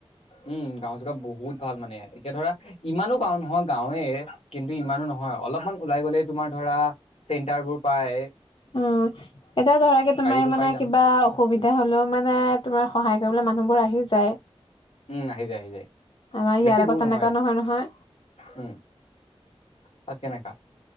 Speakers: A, on the left; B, on the left.
A: উম, গাঁও চেগা বহুত ভাল মানে এতিয়া ধৰা ইমানো গাও নহয় গাঁওৱে। কিন্তু ইমানো নহয় অলপমান ওলাই গলে তোমাৰ ধৰা চেন্টাৰবোৰ পায়।
B: উম, এতিয়া ধৰাকে তোমাৰ
A: বোৰ
B: মানে
A: পাই যাম
B: কিবা অসুবিধা হ'লেও মানে তোমাৰ সহায় কৰিবলৈ মানুহবোৰ আহি যায়।
A: উম, আহি যায় আহি যায়
B: আমাৰ ইয়াৰ
A: বেছি
B: লগত
A: দূৰ
B: তেনেকুৱা
A: নহয়
B: নহয়
A: উম। তাকে নেকা।